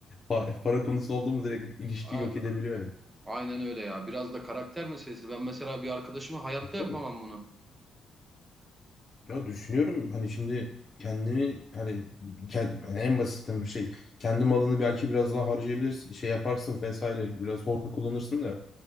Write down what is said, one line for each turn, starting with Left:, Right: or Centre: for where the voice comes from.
Left: Pa- Para konusu oldu mu direkt ilişkiyi
Right: A-
Left: yok edebiliyor yani.
Right: Aynen öyle ya biraz da karakter meselesi ben mesela bir arkadaşıma hayatta
Left: E, tabii.
Right: yapamam bunu.
Left: Ya düşünüyorum hani şimdi kendini hani kend- en basitten bir şey kendi malını belki biraz daha harcayabilirsin şey yaparsın vesaire biraz hor kullanırsın da